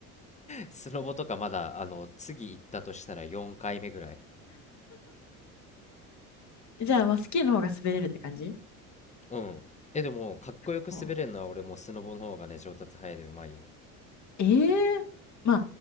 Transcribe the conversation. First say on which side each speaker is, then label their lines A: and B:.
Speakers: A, on the left; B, on the left.
A: スノボとかまだ、あの、次行ったとしたら4回目ぐらい。
B: うじゃあ、まあ、スキーの方が滑れるって感じ
A: うん。え、でも、かっこよく滑れるのは俺もうスノボの方がね、
B: こ
A: 上達早いでうまいよ。
B: うええま